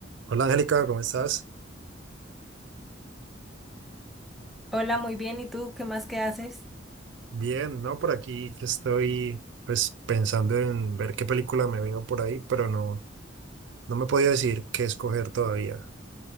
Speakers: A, on the right (about 70°); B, in the centre.
A: Hola Angélica, ¿cómo estás?
B: Hola, muy bien. ¿Y tú qué más que haces?
A: Bien, no, por aquí que estoy pues pensando en ver qué película me veo por ahí, pero no, no me podía decir qué escoger todavía.